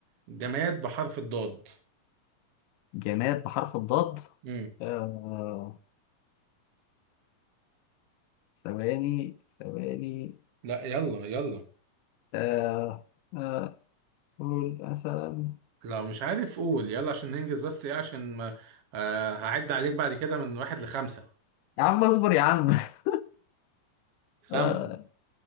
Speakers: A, on the right (about 55°); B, on the left (about 85°).
A: جماد بحرف الضاد
B: جماد بحرف الضاد
A: مم.
B: آه... ثواني ثواني
A: لا يلا يلا
B: آه... آه... قول مثلا
A: لو مش عارف قول يلا عشان ننجز بس ايه عشان ما آه هعد عليك بعد كده من واحد لخمسة
B: يا عم اصبر يا عم <laughs>
A: خمسة
B: آه...